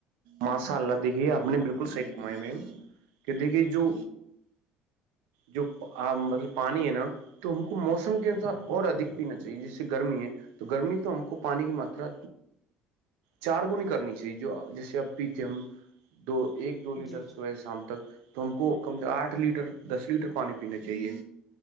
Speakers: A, on the right; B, in the centre.
A: ماشاء اللہ دیکھیے آپ نے
B: نا
A: بالکل صحیح کمایا میںیم کہ دیکھیے جو جو مطلب پانی ہے نا تو ہم کو موسم کے انسار اور ادک پینا چاہیے جیسے گرمی ہے تو گرمی سے ہم کو پانی کی ماترا چار گنی کرنی چاہیے جو جیسے اب پیٹی ایم دو ایک دو
B: جی
A: لیٹر
B: جی
A: سوئے شام تک تو ہم کو کم سے آٹھ لیٹر دس لیٹر پانی پینے چاہیے